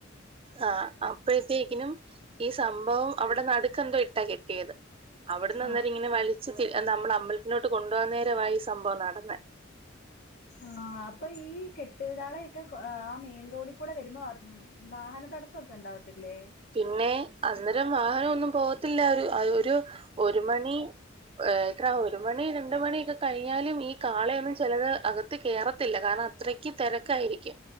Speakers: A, on the right; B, on the left.
A: ആഹ് അപ്പഴ്ത്തേക്കിനും ഈ സംഭവം അവ്ടെ നടുക്കെന്തോ ഇട്ടാ കെട്ടിയത് അവ്ട്ന്ന് അന്നേരം
B: ആഹ്
A: ഇങ്ങനെ വലിച്ച് തി നമ്മുളെ അമ്പൽത്തിലോട്ട് കൊണ്ടവന്നേരവാ ഈ സംഭവംനടന്നെ
B: ആഹ് അപ്പൊ ഈ കെട്ടുകാളയൊക്കെ കൊ ആ മെയിൻ റോഡിക്കൂടെ വരുമോ മ് മ് വാഹന തടസ്സക്കെണ്ടാവത്തില്ലേ
A: പിന്നെ അന്നരം വാഹന ഒന്നും പോകത്തില്ല ഒരു ഒരു ഒരു മണി ഏഹ് എത്ര ഒരു മണി രണ്ട് മണിയൊക്കെ കഴിഞ്ഞാലും ഈ കാളയൊന്നും ചെലത് അക ത്ത് കേറത്തില്ല കാരണം അത്രയ്ക്ക് തെരക്കായിരിക്കും